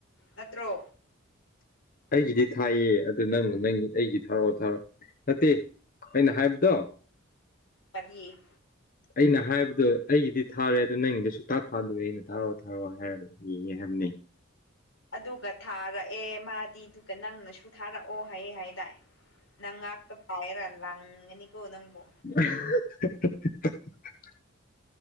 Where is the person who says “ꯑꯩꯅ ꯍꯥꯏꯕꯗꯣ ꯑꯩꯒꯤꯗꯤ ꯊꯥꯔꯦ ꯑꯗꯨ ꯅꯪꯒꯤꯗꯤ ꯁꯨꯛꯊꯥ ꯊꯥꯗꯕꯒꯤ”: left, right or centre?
Left